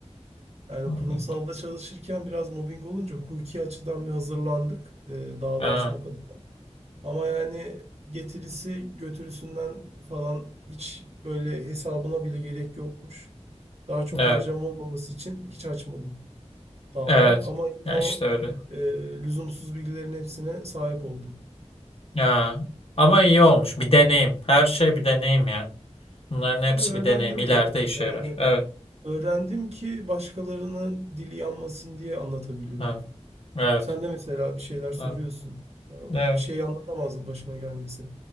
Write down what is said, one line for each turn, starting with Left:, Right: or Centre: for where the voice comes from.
Right: Yani
Left: mobbing.
Right: kurumsalda çalışırken biraz mobbing olunca hukuki açıdan bir hazırlandık e, dava
Left: Ha,
Right: açmak adına. Ama yani getirisi götürüsünden falan hiç böyle hesabına bile gerek yokmuş. Daha çok
Left: evet.
Right: harcama olmaması için hiç açmadım. dava
Left: Evet.
Right: ama yine
Left: Ya
Right: o
Left: işte öyle.
Right: e, lüzumsuz bilgilerin hepsine sahip oldum.
Left: Ya. Ama iyi olmuş. Bir deneyim. Her şey bir deneyim ya. Bunların hepsi
Right: Ya öğrendim
Left: bir deneyim. İleride
Right: tabii.
Left: işe
Right: Yani
Left: yarar. Evet.
Right: öğrendim ki başkalarının dili yanmasın diye anlatabiliyorum.
Left: Evet. Evet.
Right: Sen de mesela bir şeyler soruyorsun.
Left: Evet.
Right: Ya bir
Left: Evet.
Right: şey anlatamazdım başıma gelmesi.